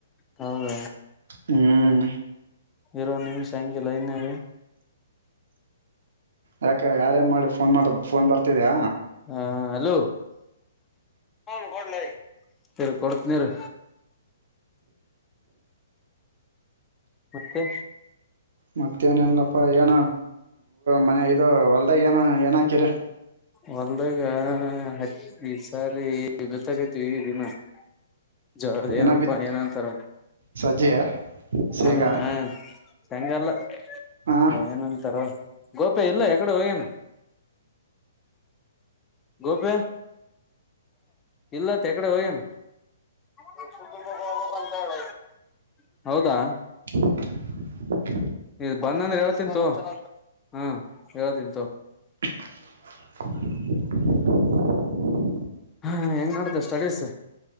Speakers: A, on the left; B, on the right.
A: ಹೌದ
B: ಹ್ಮ್
A: ಇರು ಅಂಗೆ ಒಂದ್ ನಿಮಿಷ ಅಂಗೆ ಲೈನ್ನಾಗ
B: ಯಾಕ ಯಾರೇಏನ್ ಮಾಡಿ ಫೋನ್ ಮಾಡ ಫೋನ್ ಬರ್ತಿದ್ಯಾ
A: ಹ ಹಲೋ <unintelligible> ಇರು ಕೊಡ್ತೀನಿ ಇರು ಮತ್ತೆ
B: ಮತ್ತೇನಲ್ಲಪ್ಪಾ ಏನ ಮನೆ ಇ ಹೊಲ್ದಾಗ ಏನ ಏನ ಹಾಕಿರಿ
A: ಹೊಲ್ದಗ ಹ ಈ ಸಾರಿ ಗತ್ತಕೈತಿವಿ ದಿನ <unintelligible> ಜರದ
B: ಏನ
A: ಏನಪ್ಪಾ
B: ಬಿತ್
A: ಏನಂತಾರ
B: ಸಜ್ಜೆ ಶೇಂಗಾ
A: ಅಲ್ಲ ಹ ಚಂಗಲ್ಲ <unintelligible>
B: ಹಾ
A: ಹ ಏನಂತಾರ ಗೋಪ್ಯ ಇಲ್ಲ ಯಕಡೆ ಹೋಗ್ಯನ ಗೋಪೆ ಇಲ್ಲತ್ತಕಡೆ ಹೋಗ್ಯನ ವಷ ತುಂಬ ಹೋಗದ ಅಂತ ಹೇಳಿ <unintelligible> ಹೌದಾ
B: <inaudible> <unintelligible>
A: ಇ ಬಂದಂದ್ರೆ ಹೇಳನ್ ತಿಂತು ಹಾ ಹೇಳನ್ ತಿಂತು
B: <inaudible> <unintelligible>
A: ಹಾ ಹೆಂಗ್ ನಡ್ದ ಸ್ಟಡೀಸ್